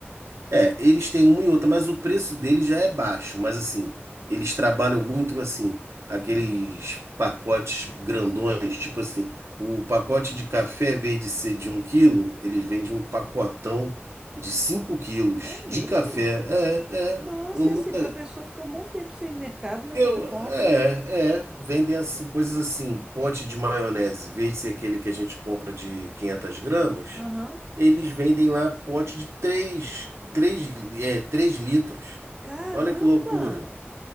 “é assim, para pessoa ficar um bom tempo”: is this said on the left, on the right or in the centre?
Right